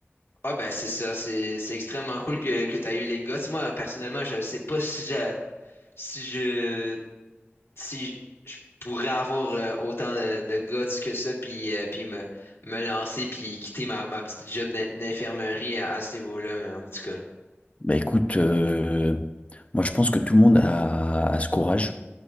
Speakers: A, on the left; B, on the left.
A: Ouais, ben c'est ça, c'est c'est extrêmement cool que, que tu as eu les guts. Moi, personnellement, je sais pas si je, si je si je pourrais avoir euh, autant de, de guts que ça, puis, euh, puis me, me lancer, puis quitter ma, ma petite job d'in- d'infirmerie à, à ce niveau-là, mais en tout cas.
B: Bah écoute, euh, moi je pense que tout le monde a, a ce courage.